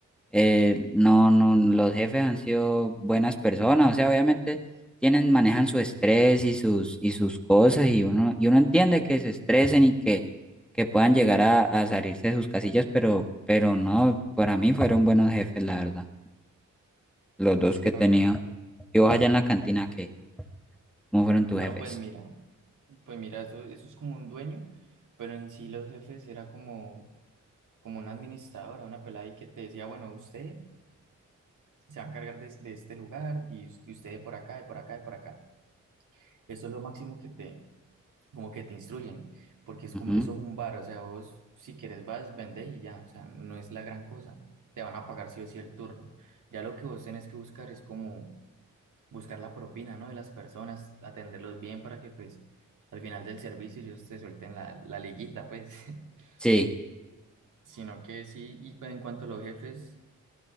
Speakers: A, in the centre; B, on the right.
A: eh, no, no, los jefes han sido buenas personas, o sea, obviamente tienen, manejan su estrés y sus, y sus cosas y uno, y uno entiende que se estresen y que, que puedan llegar a, a salirse de sus casillas, pero, pero no, para mí fueron buenos jefes, la verdad, los dos
B: Sí,
A: que he tenido.
B: obvio.
A: Y vos allá en la cantina, ¿qué? ¿Cómo fueron tus
B: No,
A: jefes?
B: pues mira, pues mira, eso, eso es como un dueño, pero en sí los jefes era como... como una administradora, una pelada ahí que te decía, bueno, usted se va a encargar de, de este lugar y, us- y usted de por acá, de por acá, de por acá. Eso es lo máximo que te, como que te instruyen, porque es
A: Ujú.
B: como, eso es un bar, o sea, vos si quieres vas, vendés y ya, o sea, no es la gran cosa. Te van a pagar sí o sí el turno. Ya lo que vos tenés que buscar es como buscar la propina, ¿no? De las personas, atenderlos bien para que pues al final del servicio ellos te suelten la, la liguita, pues, <laughs>
A: Sí,
B: sino que sí, y pues en cuanto a los jefes,